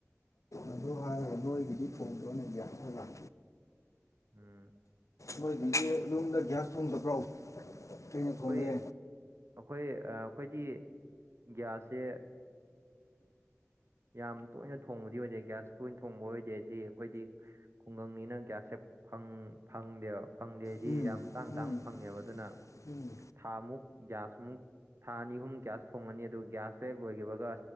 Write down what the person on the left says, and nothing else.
ꯑꯗꯨ ꯍꯥꯏꯔꯒ ꯅꯣꯏꯒꯤꯗꯤ ꯊꯣꯡꯗꯅꯦꯗꯤ ꯍꯥꯏ
ꯅꯣꯏꯗꯤ ꯌꯨꯝꯗ ꯒ꯭ꯌꯥꯁ ꯊꯣꯡꯗꯕ꯭ꯔꯣ ꯀꯩꯅ ꯊꯣꯡꯒꯦ
ꯎꯝ
ꯎꯝ
ꯎꯝ